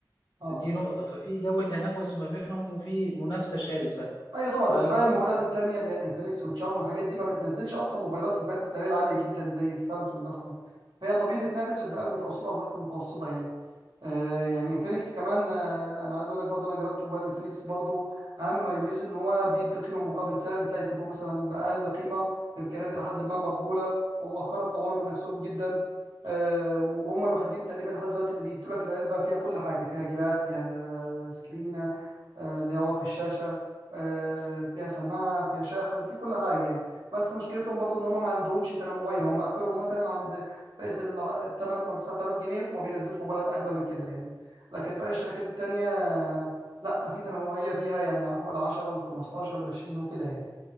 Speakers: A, on the right (about 65°); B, on the left (about 80°).
A: اه
B: دي نقطه ففي جو تنافس ما بينهم وفي منافسه شرسه
A: ايوه طبعا
B: فطبعا
A: لان بقى الموبايلات التانية اللي هي الانفينكس والشاومي والحاجات دي ما بتنزلش اصلا موبايلات في الفئات السعريه العاليه جدا زي السامسونج اصلا هي طبيعي بتنافس في الفئه المتوسطه وتحت المتوسطه يعني آه يعني انفينكس كمان آه انا عايز اقول لك برضه انا جربت موبايل انفينكس برضه اهم ما يميزه ان هو بيدي قيمه مقابل سعر بتلاقي تليفون مثلا باقل قيمه بامكانيات الى حد ما مقبوله ومؤخرا طوروا من نفسهم جدا آه وهم الوحيدين تقريبا لحد دلوقتي اللي بيدوا لك العلبه فيها كل حاجه فيها جراب فيها سكرينه آه، اللي هي واقي الشاشه آه، فيها سماعة فيها شاحن في كل حاجة يعني بس مشكلتهم برضو ان هم ما عندهمش تنوعية هم اخرهم مثلا عند فئة ال 8 او 9000 جنيه وما بينزلوش موبايلات اغلى من كده يعني لكن باقي الشركات التانية آه، لا في تنوعية فيها يعني فوق ال 10 وال 15 وال 20 وكده يعني